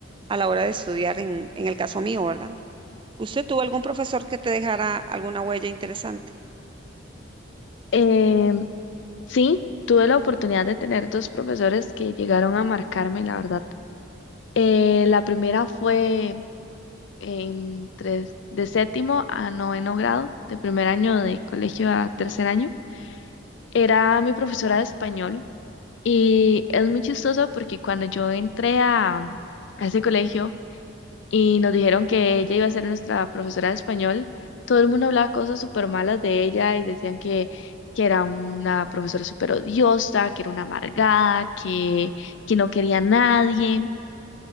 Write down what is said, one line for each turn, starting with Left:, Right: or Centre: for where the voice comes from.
Right: a la hora de estudiar, en, en el caso mío, ¿verdad? ¿Usted tuvo algún profesor que te dejara alguna huella interesante?
Left: Eh, sí, tuve la oportunidad de tener dos profesores que llegaron a marcarme, la verdad. Eh, la primera fue entre, de séptimo a noveno grado, de primer año de colegio a tercer año. Era mi profesora de español. Y es muy chistoso porque cuando yo entré a, a ese colegio y nos dijeron que ella iba a ser nuestra profesora de español, todo el mundo hablaba cosas súper malas de ella y decían que, que era una profesora súper odiosa, que era una amargada, que, que no quería a nadie.